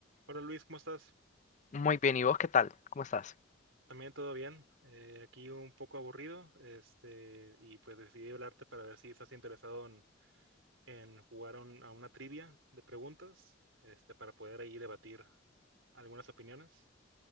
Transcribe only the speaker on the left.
Muy bien, ¿y vos qué tal? ¿Cómo estás?